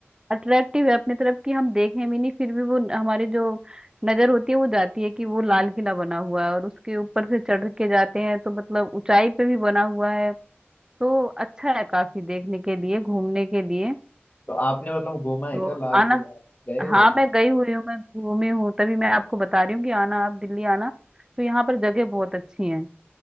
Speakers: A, on the right; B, on the left.
A: अट्रैक्टिव है अपनी तरफ कि हम देखें भी नहीं फिर भी वो हमारी जो नजर होती है वो जाती है कि वो लाल किला बना हुआ है और उसके ऊपर से चढ़ के जाते हैं तो मतलब ऊंचाई पे भी बना हुआ है तो अच्छा है काफी देखने के लिए घूमने के लिए
B: तो आपने मतलब घूमा है
A: तो
B: क्या लाल
A: आना
B: किला आप गए हो
A: हाँ मैं गई हुई हूँ मैं घूमी हूँ तभी मैं आपको बता रही हूँ कि आना आप दिल्ली आना तो यहाँ पर जगह बहुत अच्छी हैं